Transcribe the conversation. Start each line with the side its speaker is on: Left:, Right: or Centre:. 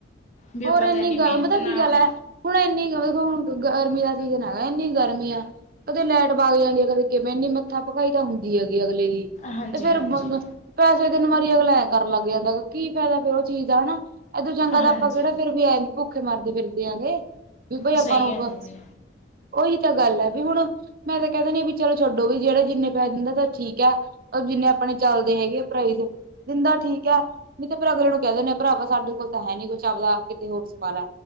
Left: ਵੀ ਆਪਾਂ
Right: ਹੋਰ
Left: ਤਾਂ
Right: ਇੰਨੀ
Left: ਮਿਹਨਤ
Right: ਗਲ ਮਤਲਬ
Left: ਨਾ
Right: ਕੀ ਗੱਲ ਹੈ ਹੁਣ ਇੰਨੀ ਹੁਣ ਇਨੀ ਦੇਖੋ ਗਰਮੀ ਦਾ। <unintelligible> ਇੰਨੀ ਗਰਮੀ ਆ ਕਦੇ ਲਾਈਟ ਬੱਗ ਜਾਂਦੀ ਹੈ ਕਦੇ ਕਿਵੇਂ ਇੰਨੀ ਮੱਥਾ ਭਕਾਈ ਤਾਂ ਹੁੰਦੀ ਹੈ। ਅਗਲੇ ਦੀ
Left: ਹਾਂਜੀ
Right: ਤੇ ਫੇਰ
Left: ਹਾਂਜੀ
Right: ਪੈਸੇ ਦਿਨ। ਲੈ ਕਰ ਲੱਗ ਜਾਂਦਾ ਕੀ ਫਾਇਦਾ ਫੇਰ ਉਹ ਚੀਜ਼ ਆ ਹਨਾ ਇਦੋਂ ਚੰਗਾ ਤਾਂ।
Left: ਹਾਂਜੀ
Right: ਆਪਾਂ ਕਿਹੜਾ ਫੇਰ ਵੀ ਆਏ ਵੀ ਭੁੱਖੇ ਮਾਰਦੇ ਫਿਰਦੇ ਆ ਗੇ ਵੀ ਬਾਈ
Left: ਸਹੀ
Right: ਆਪਾਂ ਨੂੰ
Left: ਗੱਲ ਹੈ ਜੀ
Right: ਉਹੀ ਤਾਂ ਗੱਲ ਹੈ ਵੀ ਹੁਣ ਮੈਂ ਤਾਂ ਕਹਿ ਦੀਨੀ ਆ ਵੀ ਚਲੋ ਛੱਡੋ ਵੀ ਜਿਹੜਾ ਜਿੰਨੇ ਪੈਸ ਦਿੰਦਾ ਤਾਂ ਠੀਕ ਹੈ ਪਰ ਜਿੰਨੇ ਆਪਣੇ ਚੱਲਦੇ ਹੈਗੇ ਪ੍ਰਾਈਜ਼ ਦਿੰਦਾ ਠੀਕ ਹੈ ਨੀ ਤੇ ਫਿਰ ਅਗਲੇ ਨੂੰ ਕਹਿ ਦਿੰਦੇ ਭਰਾਵਾ ਸਾਡੇ ਕੋਲ ਤਾਂ ਹੈ ਨੀ ਕੁੱਛ ਚ ਆਪਦਾ ਕਿਤੇ ਹੋਰ ਸਵਾਲ ਏ